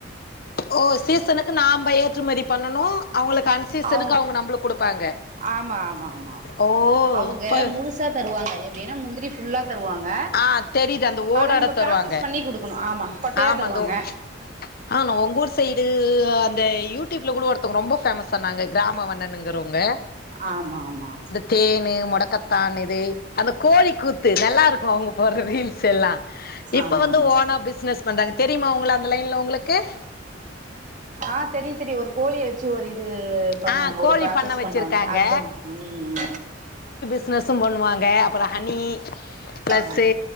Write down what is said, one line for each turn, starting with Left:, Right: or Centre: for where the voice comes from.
Left: ஓ சீசனுக்கு நாம்ப ஏற்றுமதி பண்ணணு அவுங்களுக்கு அன்சீசனுக்கு
Right: அவங்க
Left: அவுங்க நம்ளுக்கு குடுப்பாங்க
Right: ஆமா ஆமா ஆமா
Left: ஓ
Right: அவுங்க
Left: இப்ப
Right: முழுசா தருவாங்க எப்டின்னா முந்திரி ஃபுல்லா தருவாங்க
Left: ஆ தெரியுது அந்த ஓடோட
Right: அத நம்ம
Left: தருவாங்க
Right: ப்ராசஸ் பண்ணி குடுக்கணு ஆமா கொட்டையா
Left: ஆமா
Right: தருவாங்க
Left: அந்த ஓ ஆனா உங்கூர் சைடு அந்த யூடியூப்புல கூட ஒருத்தங்க ரொம்ப ஃபேமஸ் ஆனாங்க கிராம வண்ணனுங்குறவங்க
Right: ஆமாமாமா
Left: தேனு மொடக்கத்தான் இது அந்த கோழி கூத்து நல்லாருக்கு அவுங்க போடற ரீல்ஸ் எல்லா இப்ப
Right: ஆமா
Left: வந்து
Right: ஆமா
Left: ஓனா பிசினஸ் பண்றாங்க தெரியுமா உங்கள அந்த லைன்ல உங்களுக்கு
Right: ஆ தெரியு தெரியு ஒரு கோழிய வெச்சு ஒரு இது பண்ணுவாங்க
Left: ஆ கோழி
Right: ஒரு ப்ராசஸ்
Left: பண்ண வச்சிருக்காங்க
Right: பண்ணுவாங்க ஹஸ்பண்ட் ம்
Left: பிசினஸும் பண்ணுவாங்க அப்றோ ஹனி ப்ளஸ்ஸு
Right: ஆ